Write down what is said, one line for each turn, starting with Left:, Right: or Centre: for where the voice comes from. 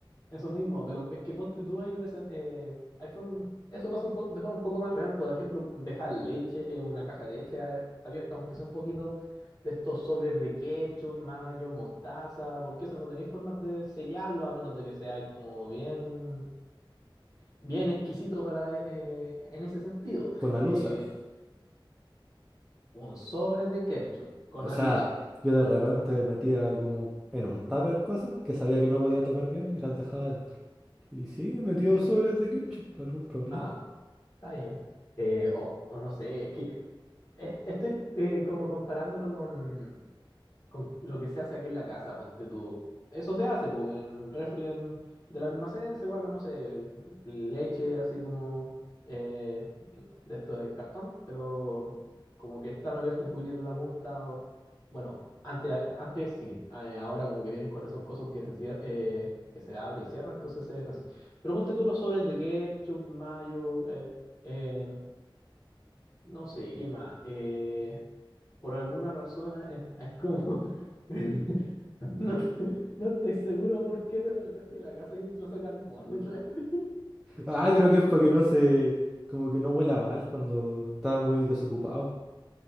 Left: eso mismo, pero es que ponte tú, hay un... escen- eh, hay form- eso pasa un po- de forma un poco más real. Por ejemplo, dejar leche en una caja de leche a- abierta, aunque sea un poquito de estos sobres de ketchup, mayo, mostaza, porque eso no tenéis formas de sellarlo a menos de que sea como bien, bien exquisito para, eh, eh, en ese sentido.
Centre: con alusa.
Left: Eh, un sobre de ketchup con
Centre: O sea,
Left: alusa.
Centre: yo de repente metía como en un tupper cosas que sabía que no podía tapar bien y las dejaba adentro. Y sí, he metido sobras de ketchup, algún problema.
Left: Ah, Está bien. Eh, o, o no sé, es que es- estoy eh, como comparándolo con, con lo que se hace aquí en la casa, ponte tú. Eso se hace, porque en el refri en- del almacén se guarda, no sé, leche así como eh, de esto de cartón, pero como que están abiertos un poquitito en la punta. o- bueno, antes, antes sí, eh, ahora como que vienen con esos cosos que se cier- eh, que se abre y cierra, entonces se deja así. Pero ponte tú los sobres de ketchup, de mayo. eh, eh, no sé, ¿qué más? Eh, por alguna razón eh, es, como... <laughs> No, no estoy seguro por qué, pero en el refri de la casa hay un trozo de carbón en el refri.
Centre: Ah, creo que es porque no se, como que no huela mal cuando está muy desocupado.